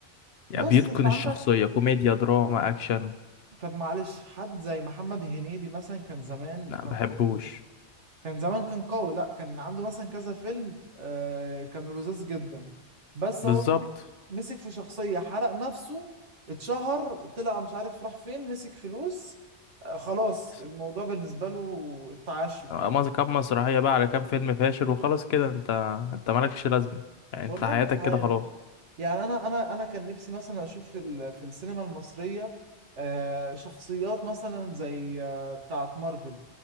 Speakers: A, on the left; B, on the right.
A: يعني
B: بص
A: بيتقن
B: انت عندك
A: الشخصية كوميديا دراما أكشن
B: طب معلش حد زي محمد هنيدي مثلا كان زمان
A: لا
B: كان
A: بحبوش
B: قوي كان زمان كان قوي لا كان عنده مثلا كذا فيلم آه، كانوا لذاذ جدا بس هو
A: بالظبط
B: مسك مسك في شخصيه حرق نفسه اتشهر طلع مش عارف راح فين مسك فلوس آه، خلاص
A: بس-
B: الموضوع بالنسبه له اتعشت
A: مز-
B: يعني
A: كام مسرحية بقى على كام فيلم فاشل وخلاص كده انت انت مالكش لازمة يعني انت
B: والله
A: حياتك
B: مش
A: كده
B: عارف
A: خلاص
B: يعني انا انا انا كان نفسي مثلا اشوف في ال- في السينما المصريه آه، شخصيات مثلا زي آه، بتاعه مارفل